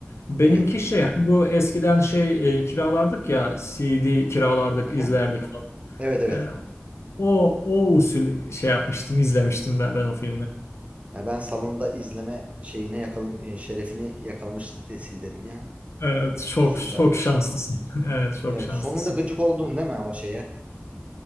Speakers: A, on the left (about 75°); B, on the right (about 30°).
A: benimki
B: evet.
A: şey hani bu eskiden şey e, kiralardık ya CD kiralardık
B: Hı hı
A: izlerdik falan.
B: Evet evet.
A: Ee, o o usul şey yapmıştım izlemiştim ben, ben o filmi.
B: Ya ben salonda izleme şeyine yakalım e, şerefini yakalamış nesildenim ya.
A: Evet
B: O
A: çok
B: süperdi.
A: çok şanslısın. <laughs> Evet çok
B: Evet
A: şanslısın.
B: sonunda gıcık oldun değil mi o şeye?